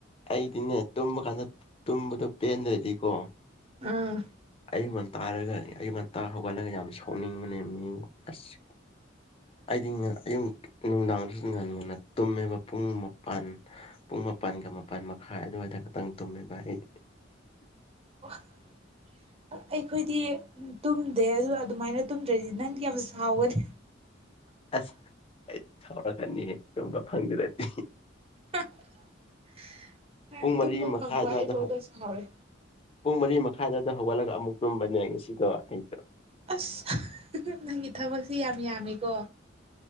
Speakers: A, on the left; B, on the right.
A: ꯑꯩꯗꯤꯅꯦ ꯇꯨꯝꯕ ꯀꯥꯟꯗ ꯇꯨꯝꯕꯗꯣ ꯄꯦꯟꯗ꯭ꯔꯗꯤꯀꯣ
B: ꯑꯥ
A: ꯑꯌꯨꯛ ꯉꯟꯇꯥꯔꯒ ꯑꯌꯨꯛꯉꯟꯇꯥ ꯍꯧꯒꯠꯂꯒ ꯌꯥꯝ ꯁꯥꯎꯅꯤꯡꯕꯅꯦ ꯃꯤ ꯑꯁ ꯑꯩꯗꯤ ꯑꯌꯨꯛ ꯅꯨꯡꯗꯥꯡꯗꯁꯨ ꯉꯟ ꯉꯅ ꯇꯨꯝꯃꯦꯕ ꯄꯨꯡ ꯃꯄꯟ ꯄꯨꯡ ꯃꯥꯄꯜꯒ ꯃꯄꯜ ꯃꯈꯥꯏ ꯑꯗꯨꯋꯥꯏꯗ ꯈꯛꯇꯪ ꯇꯨꯝꯃꯦꯕ ꯑꯩ
B: <inaudible> ꯑꯩꯈꯣꯏꯗꯤ ꯇꯨꯝꯗꯦ ꯑꯗꯨ ꯑꯗꯨꯃꯥꯏꯅ ꯇꯨꯝꯗ꯭ꯔꯗꯤ ꯅꯪꯗꯤ ꯌꯥꯝ ꯁꯥꯎꯒꯅꯤ
A: ꯑꯁ ꯑꯩ ꯁꯥꯎꯔꯀꯅꯤ ꯇꯨꯝꯕ ꯐꯪꯗꯔꯗꯤ
B: <inaudible>
A: ꯄꯨꯡ ꯃꯔꯤ
B: ꯇꯨꯝꯕ
A: ꯃꯈꯥꯏ
B: ꯐꯪꯕ
A: ꯑꯗꯨ꯭ꯋꯥꯏꯗ
B: ꯑꯩꯐꯧꯗ
A: ꯍꯧ
B: ꯁꯥꯎꯔꯦ
A: ꯄꯨꯡ ꯃꯔꯤ ꯃ ꯈꯥꯏꯗꯕꯗ ꯍꯧꯒꯠꯂꯒ ꯑꯃꯨꯛ ꯇꯨꯝꯕꯅꯦ ꯉꯁꯤꯗꯣ ꯑꯩꯗꯣ
B: ꯑꯁ ꯅꯪꯒꯤ ꯊꯕꯛꯁꯤ ꯌꯥꯝ ꯌꯥꯝꯃꯤꯀꯣ